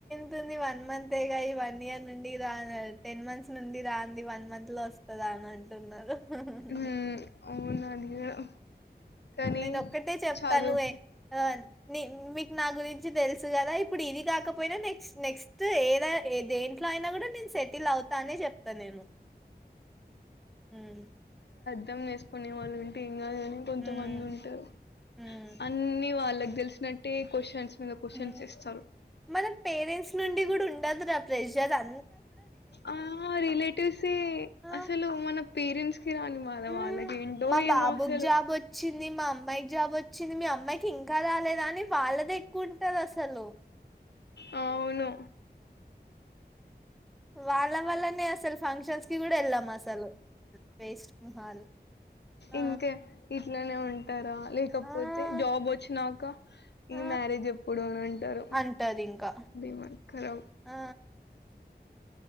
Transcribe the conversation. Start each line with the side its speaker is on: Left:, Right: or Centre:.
Centre: తుంది వన్ మంతేగా ఈ వన్ ఇయర్ నుండి రా టెనెమంత్స్ నుండి రాంది వన్ మంత్ లో వస్తదా అంటున్నరు. ఉ ఉఉ
Left: ఉమ్, అవునా అయ్యో కానీ
Centre: నేను ఒక్కటే చెప్తాను
Left: చదువు
Centre: ఏ ఆ నీ మీకు నా గురించి తెలుసు కదా ఇప్పుడు ఇది కాకపోయినా నెక్స్ట్ నెక్స్ట్ ఏద ఏ దేంట్లో అయినా కూడా నేను సెటిల్ అవుతానే చెప్తా నేను. హ్
Left: మొత్తం దీసుకునే వాళ్ళు ఉంటే కానీ కొంత
Centre: ఉమ్
Left: మంది ఉంటారు
Centre: ఉమ్
Left: అన్ని వాళ్ళ వాళ్ళకి తెలిసినట్టే క్వశ్చన్స్ మీద క్వశ్చన్స్
Centre: ఉ
Left: ఇస్తారు
Centre: మన పేరెంట్స్ నుండి గూడా ఇదంతా ప్రెషర్ అ
Left: ఆ రిలేటివ్సే
Centre: ఆ!
Left: అసలు మన పేరెంట్స్ పనికిరాని బాధ
Centre: హ్మ్.
Left: వాళ్లకేంటో
Centre: మా బాబుకి
Left: అసలు
Centre: జాబ్ వచ్చింది, మా అమ్మాయికి జాబ్ వచ్చింది మీ అమ్మాయి ఇంకా రాలేద అని వాళ్ళదె ఎక్కువుంటుందసలు
Left: ఆ అవును
Centre: వాళ్ళ వాళ్లనే అసల్ ఫంక్షన్స్ కి కూడా వెళ్ళాం అసలు. వేస్ట్ మొహాలు. ఆ!
Left: ఇంకా ఇట్లానే ఉంటా రా లేకపోతే
Centre: ఆ!
Left: జాబ్ వొచ్చినా ఇంకా
Centre: ఆ!
Left: ఈ మ్యారేజ్ ఎప్పుడు అని అంటారు
Centre: అంటది ఇంకా.
Left: దిమాక్ ఖరాబ్
Centre: ఆ!